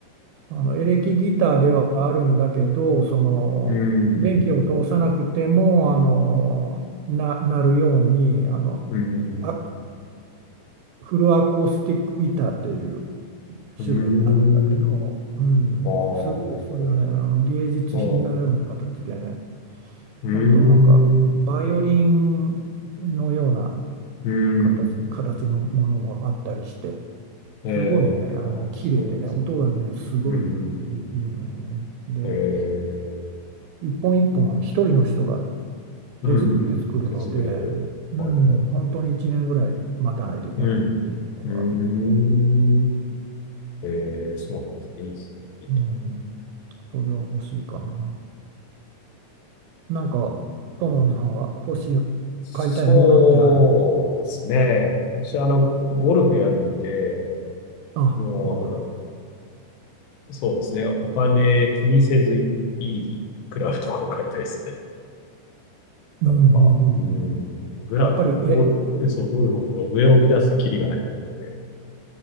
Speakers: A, on the right; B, on the left.
A: あのエレキギターではあるんだけど、その電気を通さなくてもあのな、
B: うん。
A: なるようにあの
B: うん。
A: あフルアコースティックギターっていう
B: うん。
A: 種類になるんだけど、うん、
B: ああ、なるほ
A: すごいそれがね、あの芸術品のような形でね、
B: ど。ああうん。
A: 本当なんかバイオリンのような
B: うん。
A: 形、形のものもあったりして。
B: ええ。
A: すごいね、あの、
B: あ、
A: 綺麗でね、
B: そうなんですよ。
A: 音がね、すごいいい、
B: うん。うん。
A: いいのよね。で、
B: えー、
A: 一本一本、一人の人が
B: うん。
A: 手作りで作るので、
B: うん。手作りで。
A: うん、
B: はいはい。
A: 本当に1年ぐらい待たないといけないっていうのがあるので、
B: うん。うーん。ええそうなんですね。いいですね、ギター。
A: うん、それは欲しいかな。なんか、
B: うん、
A: 友野さんは欲しい、
B: そうですね。
A: 買いたいものってある
B: 私、あの、ゴルフやるんで、
A: あ、
B: も
A: ゴルフ。
B: う、そうですね。お金気にせずいいクラブとかを買いたいですね。<laughs>
A: うん、
B: やっぱ、
A: うん、うん。
B: うん、
A: うん
B: グラ、
A: やっぱり、え、
B: ゴル、そう、ゴルフもけど上を乱すとキリがないんで、